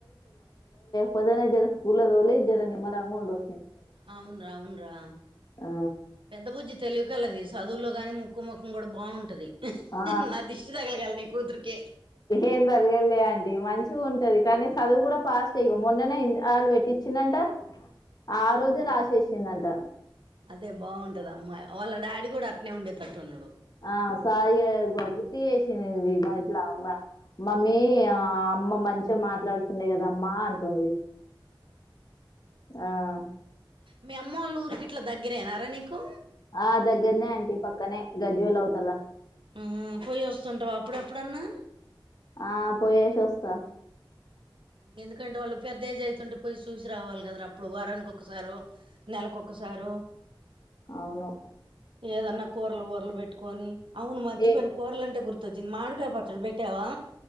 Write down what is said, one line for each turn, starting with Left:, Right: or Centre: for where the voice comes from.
Left: పొద్ గాల్నే జర స్కూల్ కి పోవుడు జర నిమలంగా ఉండుడు
Right: అవును రా అవును రా
Left: ఆ,
Right: పెద్ద బుజ్జి తెలివి కల్లది స్ చదువుల్లో కానీ ముక్కు ముక్కం కూడా బాగుంటది
Left: ఆ.
Right: నా దిష్ట్ తగలగల నీ కూతుర్కి
Left: ఏం తగలద్ లే ఆంటి మంచిగా ఉంటది కానీ చదువు కూడా పాస్టే ఇగ మొన్ననే వాళ్ళు పెట్టించిందంట ఆ రోజే రాసేసిందంట
Right: అదే బాగుంటది అమ్మాయ్ వాళ్ళ డాడీ కూడా అట్నే ఉండేటట్టున్నడు
Left: ఆ సాయి గుర్తి చేసిందింది ఇట్లా అమ్మ మమ్మీ ఆ అమ్మ మంచిగా మాట్లాడుతుంది కదా అమ్మా అంటుంది ఆ
Right: మీ అమ్మ వాళ్ళు ఊరికి గిట్లా దగ్గిరేనారా నీకు
Left: ఆ దగ్గర్నే ఆంటీ పక్కనే గజ్జ్వల్ అవుతలా
Right: ఉహూ పొయ్యి వస్తుంటవా అప్పుడ అప్పుడన్నా
Left: ఆ పోయ్యేసోస్త
Right: ఎందుకంటే వాళ్ళు పెద్ద ఏజైతుంటే పోయి చూసి రావాలి కదా అప్పుడు వారానికి ఒక్కొసారో నెల కొక్కసార్ గారు
Left: అవును
Right: ఏదన్నా కూరలు బూరలు పెట్టుకొని అవును మర్చిపోయిన
Left: ఏ
Right: కూరలంటే గుర్తు చ్చింది మాడికాయ పచ్చడి పెట్టావా